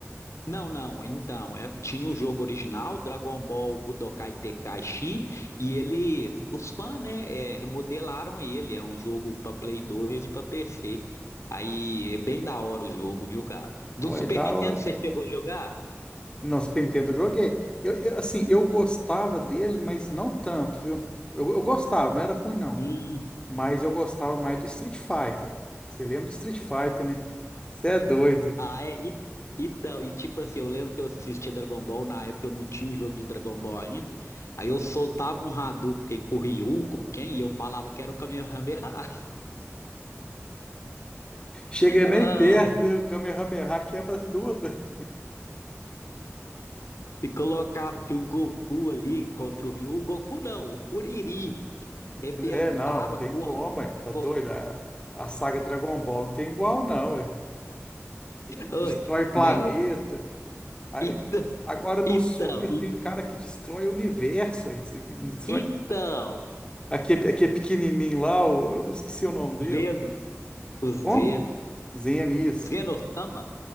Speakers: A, on the left; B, on the left.
A: Não, não. Então, é- tinha o jogo original, Dragon Ball Budokai Tenkaichi, e eles, os fãs, né, é, remodelaram ele. É um jogo para Play 2 e para PC. Aí é bem da hora o jogo, viu, cara? Do
B: Vai
A: Super
B: dar
A: Nintendo você chegou a jogar?
B: Não, Super Nintendo eu joguei. Eu, eu, assim, eu gostava dele, mas não tanto, viu? Eu, eu gostava, não era ruim não.
A: Hum,
B: Mas eu gostava mais do Street Fighter. Você lembra do Street Fighter, né? Você é doido.
A: ah, é. E- Então, e tipo assim, eu lembro que eu assistia Dragon Ball, na época eu não tinha o jogo do Dragon Ball ainda. Aí eu soltava um Hadouken com o Ryu, com quem, e eu falava que era o Kamehameha. <laughs>
B: Chega
A: Ah.
B: nem perto, né? o Kamehameha quebra tudo. <laughs>
A: Se colocasse o Goku ali contra o Ryu, o Goku não, o Kuririn rebentava,
B: É, não, não tem
A: corta,
B: como, ué. Tá
A: corta.
B: doido. A, a saga Dragon Ball não tem igual, não, ué. De-
A: Oi,
B: Destrói planeta.
A: nem um.
B: Aí-
A: Ita-
B: Agora no
A: Então,
B: Super
A: i-
B: tem cara que destrói o universo. ué. Você Destrói...
A: então,
B: Aqui, é- aqui é pequenininho lá, o- eu não esqueci o nome dele.
A: Zeno, o Zeno,
B: Como? Zenias.
A: Zeno-sama.